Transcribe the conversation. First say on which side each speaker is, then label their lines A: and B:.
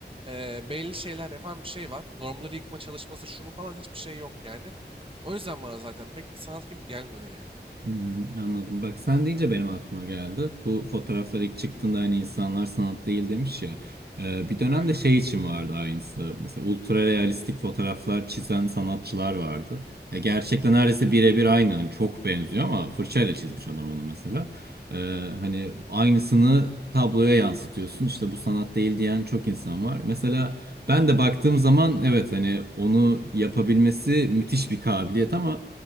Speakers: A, on the right; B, on the right.
A: e, belli şeyler yapan bir şey var. Normları yıkma çalışması şu bu falan hiçbir şey yok yani. O yüzden bana zaten pek bir sanat gibi gelmiyor yani.
B: Hmm, anladım. Bak sen deyince benim aklıma geldi. Bu fotoğraflar ilk çıktığında hani insanlar sanat değil demiş ya. Ee, bir dönemde
A: Aynen.
B: şey için vardı aynısı. Mesela ultra realistik fotoğraflar çizen sanatçılar vardı. Ya gerçekten neredeyse birebir aynı. Hani çok benziyor ama fırçayla çizmiş adam onu mesela. Ee, hani aynısını tabloya yansıtıyorsun. İşte bu sanat değil diyen çok insan var. Mesela ben de baktığım zaman evet hani onu yapabilmesi müthiş bir kabiliyet ama